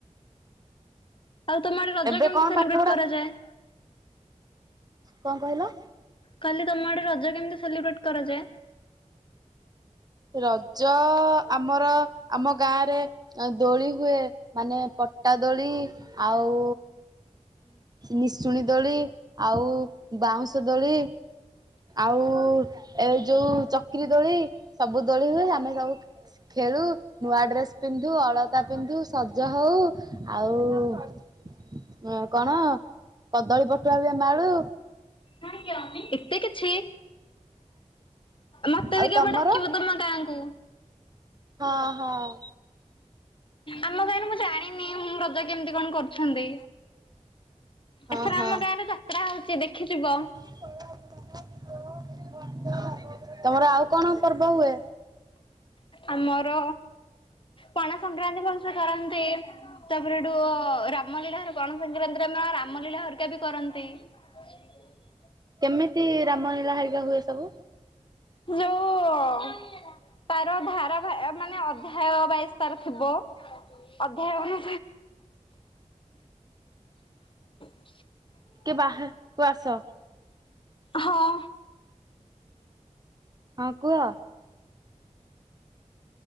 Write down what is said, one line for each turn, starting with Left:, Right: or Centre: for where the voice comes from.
Left: ଆଉ ତମ ଆଡେ ରଜ
Right: ଏବେ
Left: କେମିତି
Right: କଣ
Left: ସେଲିବ୍ରେଟ
Right: ପାଠ ପଢା
Left: କରାଯାଏ?
Right: କଣ କହିଲ?
Left: କହିଲି ତମ ଆଡେ ରଜ କେମତି ସେଲିବ୍ରେଟ୍ କରାଯାଏ?
Right: ରଜ ଆମର, ଆମ ଗାଁରେ ଆଉ ଦୋଳି ହୁଏ ମାନେ ପଟା ଦୋଳି ଆଉ ନିଶୁଣୀ ଦୋଳି ଆଉ ବାଉଁଶ ଦୋଳି ଆଉ ଏ ଯୋଉ ଚକିରି ଦୋଳି ସବୁ ଦୋଳି ହୁଏ ଆମେ ସବୁ ଖେଳୁ। ନୂଆ ଡ୍ରେସ ପିନ୍ଧୁ ଅଳତା ପିନ୍ଧୁ ସଜ ହଉ ଆଉ ଆ କଣ କଦଳୀ ପଠୁଆ ବିଏ ଆମେ ଆଳୁ।
Left: <unintelligible> କିଛି ମତେ
Right: ଆଉ
Left: ବି କେବେ
Right: ତମର?
Left: ଡାକିବ ତମ ଗାଁକୁ?
Right: ହଁ ହଁ।
Left: ଆମ ଗାଁରେ ମୁଁ ଜାଣିନି ମୁଁ ରଜା କେମିତି କଣ କରୁଛନ୍ତି।
Right: ହଁ
Left: ଏଥର
Right: ହଁ
Left: ଆମ ଗାଁ ରେ ଯାତ୍ରା ହଉଛି ଦେଖିଥିବ?
Right: <inaudible> ତମର ଆଉ କଣ ପର୍ବ ହୁଏ?
Left: ଆମର ପଣା ସଂକ୍ରାନ୍ତି ଭଲ ସେ କରନ୍ତି। ତାପରେ ଏଠୁ ରାମଲୀଳା ପଣ ସଂକ୍ରାନ୍ତିରେମ ରାମ ଲୀଳା ହରିକା ବି କରନ୍ତି। <unintelligible>
Right: କେମିତି ରାମ ଲୀଳା ହରିକା ହୁଏ ସବୁ?
Left: ଯୋଉ ତାର ଧାରା ମାନେ ଅଧ୍ୟାୟ ବାଇଶ ତାର ଥିବ ଅଧ୍ୟୟ <unintelligible>
Right: କିଏ ବାହାରକୁ ଆସ।
Left: ହଁ।
Right: ହଁ କୁହ।